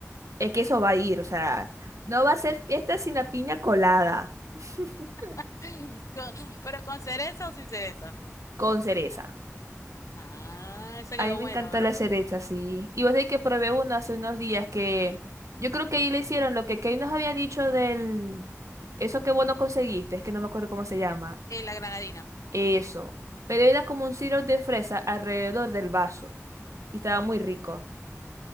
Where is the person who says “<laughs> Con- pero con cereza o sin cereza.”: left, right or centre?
Left